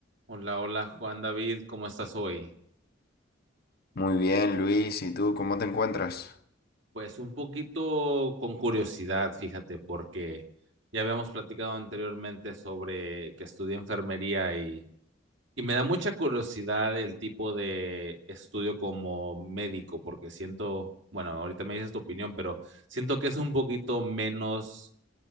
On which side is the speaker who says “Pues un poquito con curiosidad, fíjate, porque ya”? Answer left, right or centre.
Right